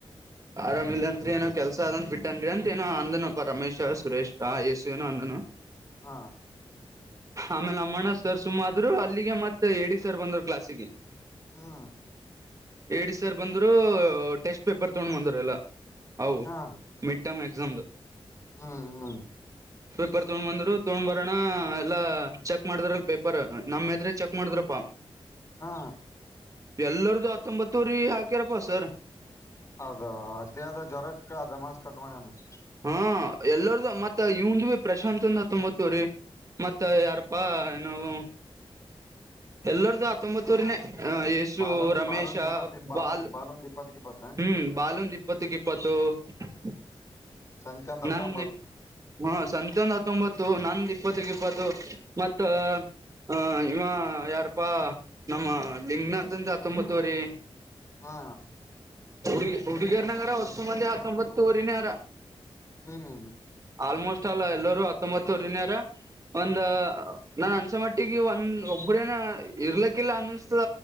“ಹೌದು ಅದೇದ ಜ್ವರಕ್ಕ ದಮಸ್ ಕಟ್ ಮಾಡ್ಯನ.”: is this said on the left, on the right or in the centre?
Left